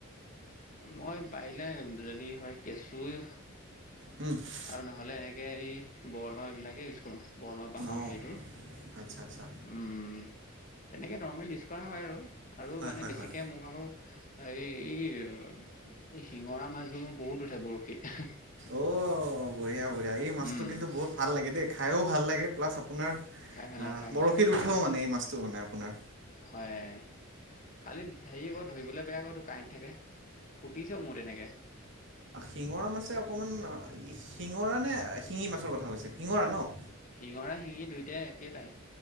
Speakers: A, on the left; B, on the right.
A: মই পাৰিলে যদি হয় কেঁচুই
B: উমহ।
A: আৰু নহ'লে এনেকে এৰি বৰলৰ এইবিলাকে ইউজ কৰো বৰলৰ বাঁহৰ
B: অঁ
A: হেৰিটো।
B: আচ্ছা, আচ্ছা।
A: উম তেনেকে নৰ্মেল ইউজ কৰা হয় আৰু, আৰু
B: হয়
A: মানে
B: হয়
A: বেছিকে
B: হয়
A: মোৰ ভাগৰ হাই ই, অ, এই শিঙৰা মাছবোৰ মোৰ বহুত উঠে বৰশীত।
B: অ', বঢ়িয়া বঢ়িয়া এই মাছটো
A: উম
B: কিন্তু বহুত ভাল লাগে দেই, খায়ো ভাল লাগে প্লাছ আপোনাৰ
A: খাই ভাল
B: আহ,
A: লাগে খাই ভাল
B: বৰশীত উঠেও মানে এই মাছটো মানে আপোনাৰ।
A: হয়ে, খালি ধেই এগত ধৰিবলে বেয়া আকৌ ইটো কাঁইত থাকে। ফুটিছে মোৰ তেনেকে।
B: শিঙৰা মাছে অকণমান শিঙৰা নে শিঙি মাছৰ কথা কৈছে? শিঙৰা ন'?
A: শিঙৰা শিঙি দুইটাই একেটাই,